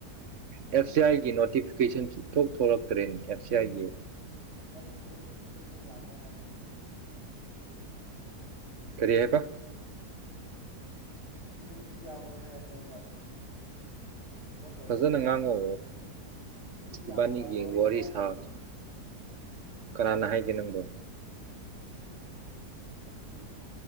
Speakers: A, on the left; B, on the right.
A: ꯅꯪ
B: ꯑꯦꯐ ꯁꯤ ꯑꯥꯏꯒꯤ ꯅꯣꯇꯤꯐꯤꯀꯦꯁꯟ ꯊꯣꯛ ꯊꯣꯛꯂꯛꯇ꯭ꯔꯦ ꯑꯦꯞ ꯁꯤ ꯑꯥꯏꯒꯤ
A: <unintelligible> ꯌꯥꯕ ꯍꯥꯏꯕꯅꯦ
B: ꯀꯔꯤ ꯍꯥꯏ ꯕ
A: ꯚꯦꯀꯦꯟꯁꯤ ꯌꯥꯝꯑꯣꯏ ꯍꯥꯏꯕꯅꯦꯕ ꯊꯕꯛ ꯀꯧꯕꯧꯗꯣ
B: ꯐꯖꯅ
A: ꯃꯤ ꯌꯥꯝꯔꯣꯏ
B: ꯉꯥꯡꯉꯣ
A: ꯃꯤ ꯃꯤ ꯌꯥꯝ
B: ꯏꯕꯥꯅꯤꯒꯤ
A: ꯀꯧꯔꯣꯏꯅ
B: ꯋꯥꯔꯤ
A: ꯍꯥꯏꯕꯅꯦꯕ
B: ꯁꯥ ꯀꯅꯥꯅ ꯍꯥꯏꯒꯦ ꯅꯪꯕꯣ
A: ꯆ ꯨꯞ